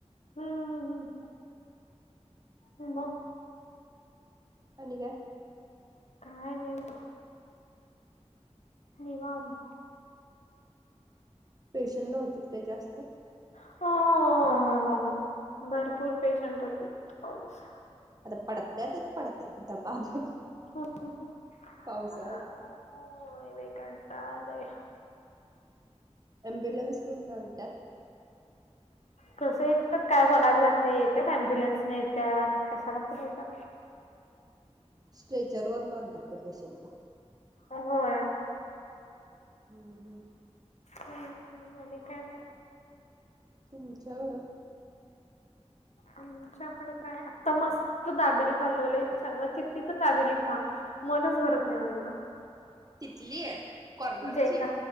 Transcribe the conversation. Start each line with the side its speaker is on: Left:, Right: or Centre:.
Left: हम्म हम्म. मग.
Right: आणि काय?
Left: काय नाही. बघ, निवांत.
Right: पेशंट नव्हतीत काही जास्त.
Left: हा हा हा हा हा हा हा भरपूर पेशंट होते. <unintelligible>
Right: आणि पडत्या ते पडत्या धबाधब.
Left: हो हो हो
Right: पावसाळ्यात
Left: अ होय बाई काय म्हणता लय
Right: ॲम्बुलन्स मधन आणतात. <inaudible>
Left: कसं येतात काय बघायला जात नाही येत अम्ब्युलन्स ने येतात कशान पण येतात.
Right: स्ट्रेचर वर न आनतात का पेशंटला.
Left: होय.
Right: हम्म हम्म.
Left: हम्म आणि काय म.
Right: तुमच्याकडं
Left: आमच्याकडे काय आता मस्त दाबेली खाल्ललोय किती पण दाबेली खा मनच भरत नाही माझं.
Right: तिथली ये कॉर्नरची?
Left: जैन दा